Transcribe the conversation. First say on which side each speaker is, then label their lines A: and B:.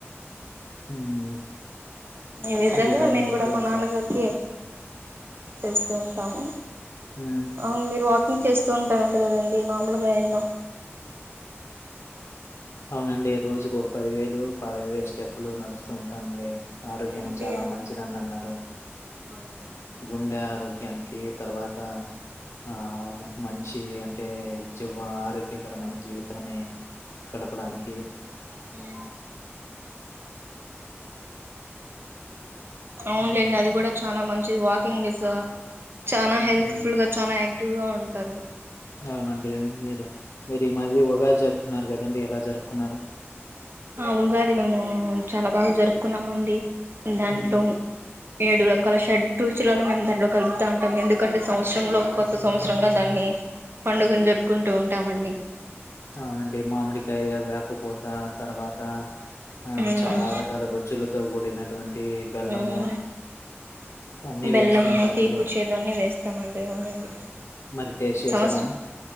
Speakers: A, on the left; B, on the right.
A: హ్మ్.
B: ఈ విధంగా
A: ఇంకేటండి
B: మేము
A: ఇంకేచ్చా
B: కూడా మా నాన్నగారికి చేస్తూ ఉంటాము
A: హ్మ్.
B: అవును మీరు వాక్ కింగ్ చెస్ స్తూ ఉంటారంట కదండి మామూలు ఎన్నో
A: అవునండి రోజుకు ఒక పది వేలు పదైదు వేలు స్టెప్పులు నడుస్తూ ఉంటానండి ఆరోగ్యానికి
B: ఏమండి
A: చాలా మంచిదని అన్నారు
B: అవునా అండి
A: గుండె ఆరోగ్యానికి కే తర్వాత ఆ మంచి అంటే జ ఆరోగ్యకరమైన జీవితాన్ని గడపడానికి
B: హ్మ్ అవునులేండి
A: హ్మ్.
B: అది కూడా చాలా మం చిది వాకింగ్ చేస్తే చాలా హెల్ప్
A: హ్మ్.
B: ఫుల్ గా చానా ట్టుగా ఉంటారు
A: అవునండి మీరూ ఈ మధ్య ఉగాది జరుప్ న్నారు కదండి ఎలా జరుపుకున్నారు?
B: ఆ ఉగాది మేము చాలా బాగా జరుపుకున్నామండి దాంట్లో
A: హ్మ్.
B: ఏడు రకాల షెడ్ రుచులను మేము దాంట్లో కలుపుతా ఉంటాం ఎందుకంటే సంవత్సరంలో కొత్త సంవత్సరంగా దాన్ని పండుగను జరుపుకుంటూ ఉంటామండి
A: అవునండి మామిడికాయ వ్యా ప్పుపోతా తర్వాత ఆ
B: ఉమ్
A: చాలా రకాల రుచులతో కూడినటువంటి బెల్లము
B: ఉమ్
A: అన్ని
B: బెల్లము
A: వేస్తూ ఉంటారంట
B: తీపుచ్చేదు
A: కదా
B: అన్న వేస్తామండి అవునండి
A: మరి టేస్ట్ చేసారా
B: సంవత్సరం